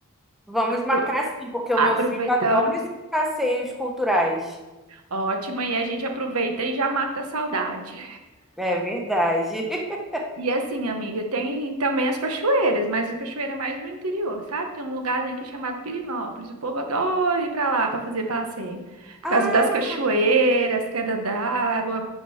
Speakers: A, in the centre; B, on the right.
A: vamos
B: Apro-
A: marcar sim, porque o
B: Aproveitamos.
A: meu filho adora esses passeios culturais.
B: Ótimo, e a gente aproveita e já mata a saudade.
A: É verdade. <laughs>
B: E assim, amiga, tem também as cachoeiras, mas a cachoeira é mais no interior, sabe? Tem um lugarzinho aqui chamado Pirinópolis. O povo adora ir pra lá pra fazer passeio. Por
A: Ah,
B: causa das cachoeiras, queda d'água,